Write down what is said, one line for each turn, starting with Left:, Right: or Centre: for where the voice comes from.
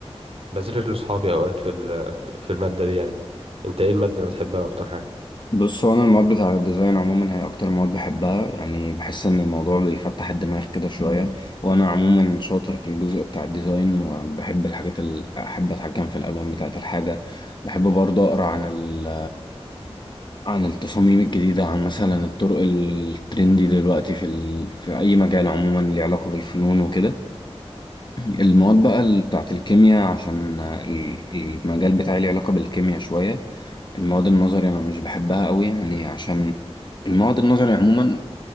Right: بذاكر لصحابي اوقات في ال... في الماده دي يعني انت ايه الماده اللي بتحبها اكتر حاجه
Left: بص هو انا المواد بتاع الديزاين عموما هي اكتر مواد بحبها يعني بحس ان الموضوع بيفتح الدماغ كده شويه مم. وانا عموما شاطر في الجزء بتاع الديزاين وبحب الحاجات اللي احب اتحكم في الالوان بتاعه الحاجه بحب برضه اقرا عن ال عن التصاميم الجديده عن مثلا الطرق الترندي دلوقتي في ال... في اي مجال عموما ليه علاقه بالفنون وكده المواد بقى ال- بتاعة الكيمياء عشان ال- المجال بتاعي ليه علاقة بالكيمياء شوية المواد النظري أنا مش بحبها قوي يعني عشان المواد النظري عموما